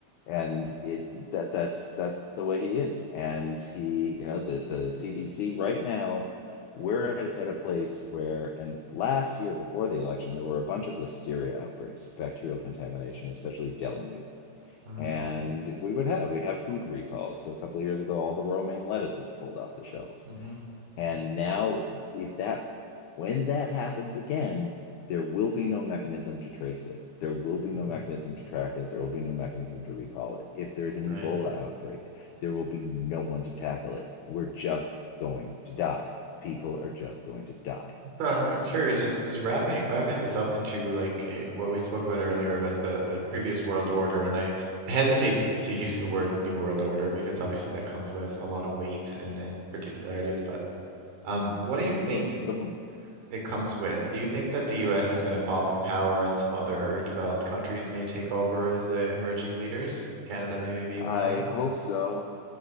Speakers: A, on the left (about 80°); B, on the right (about 70°).
A: And it that that's that's the way he is. And he, you know, the the CDC right now, we're at, at a place where, and last year before the election, there were a bunch of listeria outbreaks, bacterial contamination, especially deli meat.
B: Mm-hmm,
A: And we would have we'd have food recalls. So a couple of years ago, all the romaine lettuce was pulled off the shelves.
B: mm-hmm,
A: And now, if that, when that happens again, there will be no mechanism to trace it. There will be
B: mm,
A: no mechanism to track it. There will be no mechanism to recall it. If there's an
B: right.
A: Ebola outbreak, there will be no one to tackle it. We're just going to die. People are just going to die.
B: So I'm I'm curious, just just wrapping wrapping this up into like eh, what we spoke about earlier about the the previous world order, and I I hesitate to, to <laughs> use the word new world order because obviously that comes with a lot of weight and and particularities. But um, what do you think
A: The, the,
B: it comes with? Do you think that the U.S. is going to fall from power and some other developed countries may take over as the emerging leaders? Canada maybe being
A: I
B: one of them.
A: hope so.